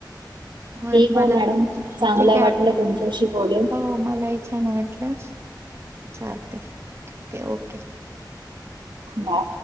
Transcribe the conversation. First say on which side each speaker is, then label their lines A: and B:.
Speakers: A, on the right; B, on the right.
A: बर
B: ठीक आहे
A: मला
B: मॅडम चांगलं
A: ठीक आहे
B: वाटलं
A: आपण
B: तुमच्याशी बोलून
A: हो मलाही छान छान वाटलं चालतय. ठीक आहे ओके.
B: बाय